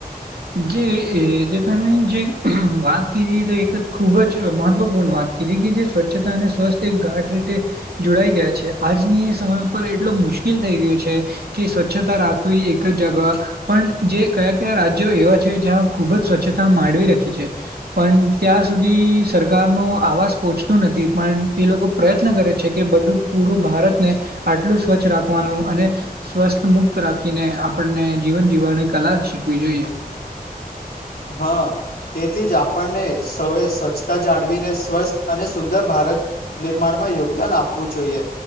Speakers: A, on the right; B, on the left.
A: જે જે તમે જે વાત કરી તો એક જ ખુબ જ મહત્વપૂર્ણ વાત જે સ્વચ્છતા અને સ્વસ્થ એક ગાટ રીતે જોડાઈ ગયા છે આજની સમય ઉપ એટલો મુશ્કેલ થઈ ગયું છે કે સ્વચ્છતા રાખવી એક જ જગા પણ જે કયા કયા રાજ્ય એવા છે જ્યાં ખૂબ જ સ્વચ્છતા માંડવી રાખી છે પણ ત્યાં સુધી સરકારનો આવાસ પહોંચતું નથી પણ એ લોકો પ્રયત્ન કરે છે કે બધું પૂરું ભારતને આટલું સ્વચ્છ સ્ રાખવાનું અને સ્વસ્થ મુક્ત રાખીને આપણને જીવન જીવવાની કલા શીખવી જોઈએ
B: હા તેથી જ આપણને સૌએ સ્વચ્છતા જાણવીને સ્વસ્થ અને સુંદર ભારત ભાર નિર્માણમાં યોગદાન આપવું જોઈએ